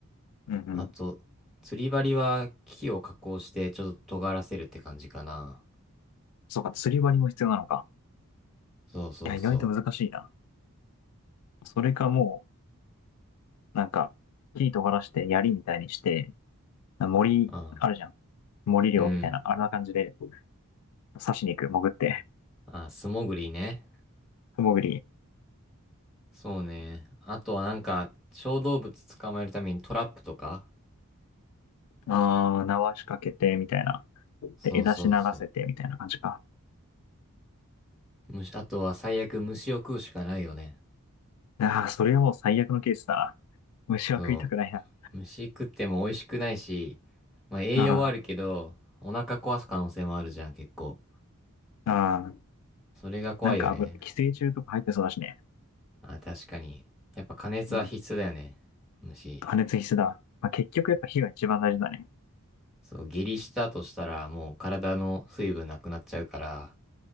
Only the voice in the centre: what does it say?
あと、釣り針は木を加工してちょっと尖らせるって感じかな。
そうそうそう。
ああ、
うん。
ああ、素潜りね。
そうね。あとはなんか、小動物捕まえるためにトラップとか
そうそうそう。
虫、あとは最悪虫を食うしかないよね。
そう。虫食っても美味しくないし、まあ栄養はあるけど、
お腹壊す可能性もあるじゃん、結構。
それが怖いよね。
あ、確かに。やっぱ加熱は必須だよね。
虫。
そう、下痢したとしたらもう体の水分なくなっちゃうから、